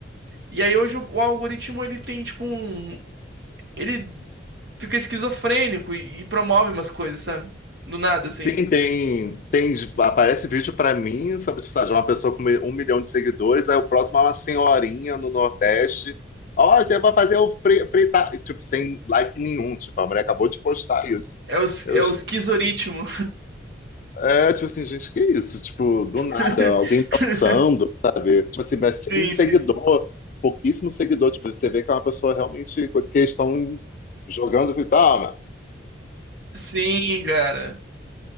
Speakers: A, on the right; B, on the left.
A: E aí hoje o o algoritmo ele tem tipo um ele fica esquizofrênico e, e promove umas coisas, sabe? Do nada, assim.
B: Tem, tem, tem, aparece vídeo pra mim, sabe, tipo, sabe, de uma pessoa com um milhão de seguidores, aí o próximo é uma senhorinha no Nordeste. Ó, você vai fazer o fritar, tipo, sem like nenhum, tipo, a mulher acabou de postar isso.
A: É o, s-
B: Eu,
A: é o esquizoritmo.
B: É, tipo assim, gente, que isso? Tipo, do nada,
A: <laughs>
B: alguém dançando, sabe? Tipo assim, mas
A: Sim,
B: sem seguidor,
A: sim.
B: pouquíssimo seguidor. Tipo, você vê que é uma pessoa realmente, coisa que eles estão jogando assim, tá,
A: Sim, cara.